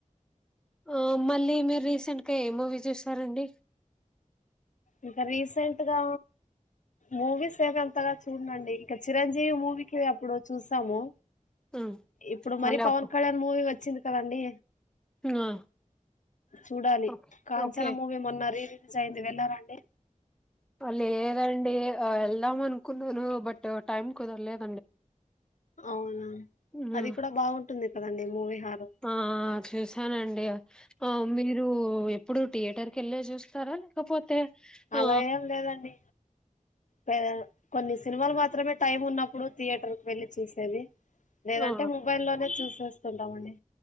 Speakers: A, in the centre; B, on the left.
A: ఆ మళ్ళీ మీరు రీసెంట్ గా ఏ మూవీ చూస్తారండి
B: ఇంకా రీసెంట్గా మూవీస్ ఎం అంతగా చూడనుఅండి ఇంకా చిరంజీవి మూవీకి అప్పుడు చూసాము
A: ఉమ్
B: ఇప్పుడు మర
A: మళ్ళీ అప్పు
B: పవన్ కళ్యాణ్ మూవీ వచ్చింది కదండడి
A: ఆ
B: చూడాలి
A: ఓకే
B: కాంచనా
A: ఓకే
B: మూవీ మొన్న రిరి రిలీజ్ అయేది వెళ్లార అండి
A: లేదండి ఎల్దాము అనుకున్నాను బట్ టైమ్ కుదర్లేదు
B: అవునా
A: ఉమ్
B: అది కూడా బాగుంటుంది కదండి మూవీ హారం
A: ఆ చూసానండి ఆ మీరు ఎప్పుడు థియేటర్ కి వెళ్ళి చూస్తారా లేకపోతే
B: అలా
A: ఆ
B: ఏం లేదండి పద కొన్ని సినిమాలు మాత్రమే టైమ్ ఉన్నప్పుడు థియేటర్ కీ వెళ్లి చూసేది లేదంటే
A: ఆ
B: మొబైల్ లోనే చూసేస్తుంటాం అండి